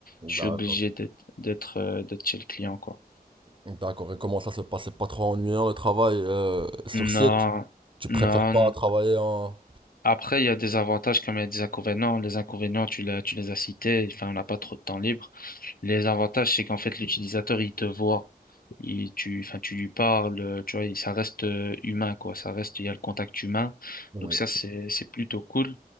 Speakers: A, on the left; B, on the right.
A: Je suis
B: D'accord.
A: obligé d'être, d'être, euh, d'être chez le client, quoi.
B: D'accord. Et comment ça se passe? C'est pas trop ennuyant le travail euh, sur site?
A: Non,
B: Tu
A: non,
B: préfères pas travailler en...
A: Après, il y a des avantages comme il y a des inconvénients. Les inconvénients, tu l'as, tu les as cités. Enfin, on n'a pas trop de temps libre. Les avantages, c'est qu'en fait, l'utilisateur, il te voit. Il, tu, enfin, tu lui parles, euh, tu vois, il- ça reste euh, humain, quoi. Ça reste, il y a le contact humain.
B: Oui.
A: Donc ça, c'est, c'est plutôt cool.